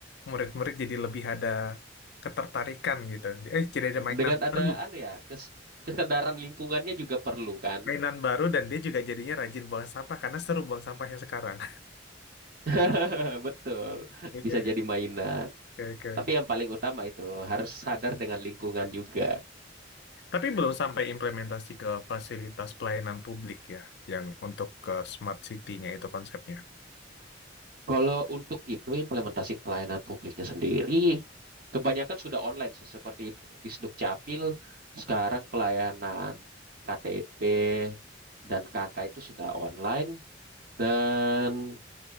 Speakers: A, on the left (about 60°); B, on the right (about 50°).
A: murid-murid jadi lebih ada ketertarikan gitu. Eh, jadi ada mainan
B: Dengan ada
A: baru,
B: anu ya, kes kesadaran lingkungannya juga perlu kan.
A: mainan baru dan dia juga jadinya rajin buang sampah karena seru buang sampahnya sekarang.
B: <laughs> Betul.
A: <laughs> Oke
B: Bisa jadi mainan.
A: oke oke.
B: Tapi
A: oke.
B: yang paling utama itu harus sadar dengan lingkungan juga.
A: Tapi belum sampai implementasi ke fasilitas pelayanan publik ya, yang untuk ke smart city-nya itu konsepnya.
B: Kalau untuk itu implementasi pelayanan publiknya sendiri, kebanyakan sudah online sih, seperti di Sdukcapil, sekarang pelayanan KTP dan KK itu sudah online dan